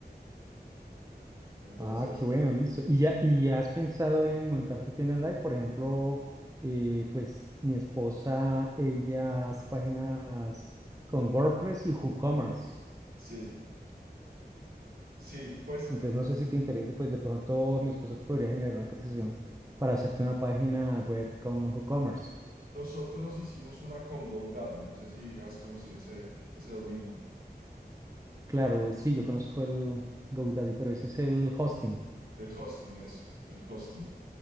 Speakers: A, on the right; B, on the right.
A: Entonces,
B: Ah, qué bueno, listo. ¿Y ya, y ya has pensado en montar tu tienda online? Por ejemplo, eh, pues mi esposa, ella hace páginas con WordPress y WooCommerce.
A: sí. Sí, pues
B: Entonces no sé si te interesa, pues de pronto mi esposa te podría generar una cotización para hacerte una página web con WooCommerce.
A: nosotros hicimos una con GoDaddy. No sé si has conocido ese, ese dominio.
B: Claro, sí, yo conozco el GoDaddy, pero ese es el hosting.
A: El hosting, eso, el hosting.